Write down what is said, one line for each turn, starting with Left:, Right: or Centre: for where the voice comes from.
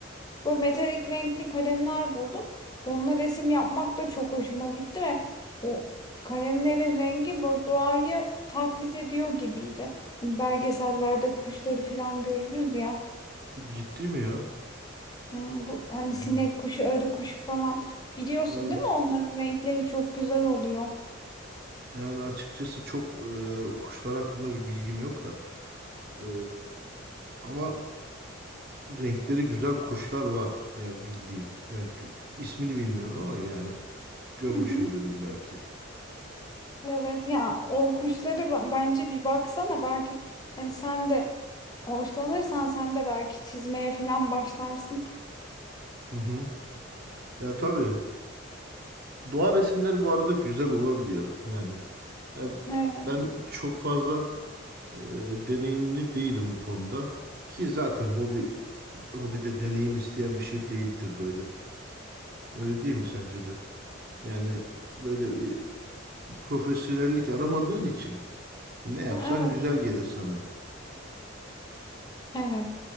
Left: Böyle metalik renkli kalemler buldum. Onunla resim yapmak da çok hoşuma gitti ve o kalemlerin rengi böyle doğayı taklit ediyor gibiydi. Hani belgesellerde kuşları falan görürüz ya.
Right: Ciddi mi ya?
Left: Hmm, Bu, hani
Right: Hı.
Left: sinek kuşu, arı kuşu falan. Biliyorsun
Right: Evet.
Left: değil mi? Onların renkleri çok güzel oluyor.
Right: Yani açıkçası çok e, kuşlar hakkında bir bilgim yok da. E, ama renkleri güzel kuşlar var. Yani bildiğim. Yani gü- ismini bilmiyorum ama yani görmüşümdür
Left: Hı hı.
Right: illaki.
Left: Evet ya o kuşları ben- bence bir baksana belki hani sen de hoşlanırsan sen de belki çizmeye falan başlarsın.
Right: Hı hı. Ya tabii Doğa resimleri bu arada güzel olabiliyor yani. Ya
Left: Evet.
Right: ben çok fazla e, deneyimli değilim bu konuda. Ki zaten hobi hobide deneyim isteyen bir şey değildir böyle. Öyle değil mi sence de? Yani böyle bir profesyonellik aramadığın için ne yapsan
Left: Evet.
Right: güzel gelir sana.
Left: Evet.